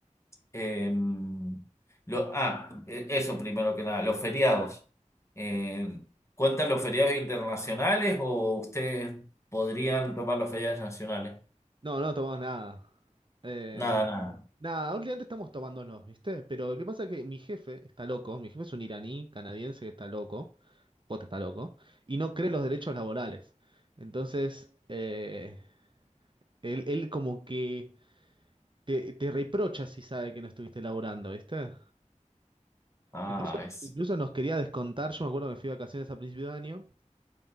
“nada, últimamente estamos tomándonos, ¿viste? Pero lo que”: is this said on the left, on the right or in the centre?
Right